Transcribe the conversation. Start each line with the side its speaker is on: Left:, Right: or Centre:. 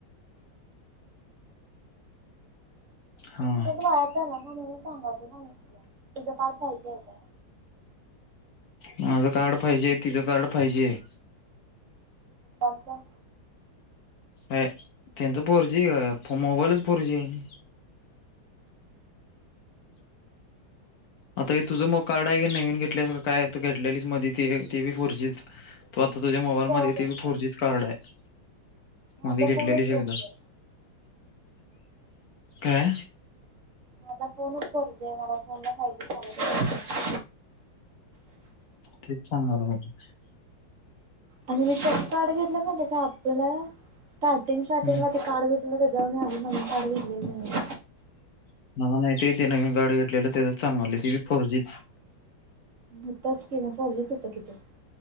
Left: हा
Right: म तु नीट वायात झाला ना म्हणून सांगायचो ना मी तुला तुझं काय पाहिजे आहे काय?
Left: माझं कार्ड पाहिजे, तिचं कार्ड पाहिजे
Right: कोणचा.
Left: हाये तेंचा फोर जी अ फ मोबाईलच फोर जी आहे. आता हे तुझं मग कार्ड आहे की नवीन घेतलय का काय घेतलेलीस मधी ते ते बी फोर जीच. तू आता तुझ्या मोबाईल
Right: मी कवा
Left: मध्ये
Right: घेतलं
Left: ते बी फोर जीच कार्ड आहे
Right: माझा
Left: मध्ये घेतलेलीस
Right: फोनच फोर
Left: एकदा.
Right: जी आहे
Left: काय?
Right: माझा फोनच फोर जी आहे मला फोन ला फाय जी चालतच
Left: तेच सांगालो मी.
Right: आणि मी त्याच कार्ड घेतलं म्हणे का आपल्याला स्टार्टिंग शार्टिंगला
Left: मला
Right: ते कार्ड घेतलेलं त्याच्यावर मी अजून नवीन कार्ड घेतलेल नाहीये.
Left: मला माहिती आहे ते नवीन कार्ड घेतलेल त्याचाच सांगायले ते बी फोर जीच.
Right: होतच कि मग फोरजी होते की ते.